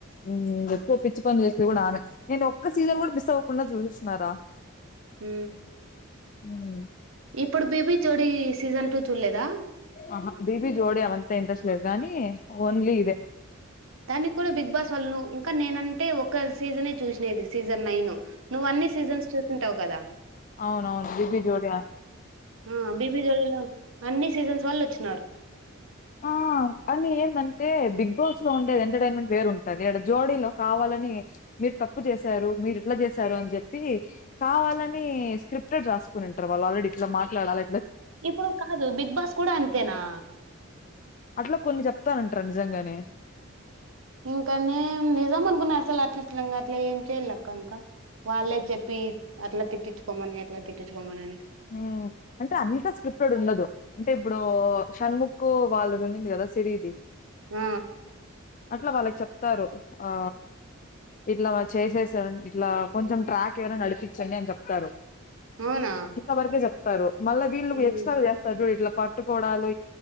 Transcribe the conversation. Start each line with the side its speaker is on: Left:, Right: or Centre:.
Left: ఉమ్ ఎక్కువ పిచ్చి పనులు చేస్తే కూడా ఆమె నేను ఒక సీసన్ కూడ మిస్ అవకుండా జూడు బారా
Right: ఉమ్
Left: ఉమ్
Right: ఇప్పుడు బీబీ జోడీ సీజన్ టూ చూడలేదా?
Left: ఆహా, బిబి జోడి అవంటే ఇంట్రెస్ట్ లేదు గానీ ఓన్లీ ఇవె.
Right: దానిక్ కూడా బిగ్ బాస్ వాళ్ణూ ఇంకా నేనంటే ఒక సీజనే చూసినేది సీజన్ నైన్. నువన్నీ సీజన్స్ చూసిన్ తవ్ కదా.
Left: అవునవును బీబీ జోడి
Right: ఆ బిబి జోడిలో అన్ని సీజన్స్ వల్లోచ్చి
Left: ఆ అని ఏందంటే బిగ్ బిగ్ బాస్ లో ఉండె ఎంటర్టైన్మెంట్ వేరుంటంది ఆడ జోడీలో కావాలని మీరు తప్పు చేశారు, మీరు ఇట్లా చేశారు అని చెప్పి, కావాలని స్క్రిప్టడ్ రాసుకునింటరు వాళ్ళు ఆల్రెడీ ఇట్లా మాట్లాడాల
Right: ఇప్పుడు కాదు బిగ్ బాస్ కూడా అంతేనా.
Left: అట్ల కొన్ని చెప్తారంటర నిజంగానే.
Right: ఇంకనేం నిజం అనుకున్నా అసలు అలిట్లంగా అట్లే ఏం చెయ్యాలక్క ఇంకా, వాళ్ళే చెప్పి అట్ల తిట్టించుకోమని అట్లా తిట్టించుకోమని అని.
Left: ఉమ్, అంటే అంత స్క్రిప్టెడ్ ఉండదు అంటే ఇప్పుడు షణ్ముక్ వాళ్ళది ఉండింది కదా సిరి ఇది
Right: ఆ!
Left: అట్లా వాళ్ళకి చెప్ చెప్తారు ఆ ఇట్లా చేసేసెన్ ఇట్లా కొంచెం ట్రాక్ ఐ నా నడిపించండి అని చెప్తారు.
Right: అవునా
Left: వరకె జప్తారు మళ్ళ వీళ్ళు
Right: హ్మ్.
Left: ఎక్స్ట్రాల్ జేస్తార్ చూడు ఇట్ల పట్టుకోడాలు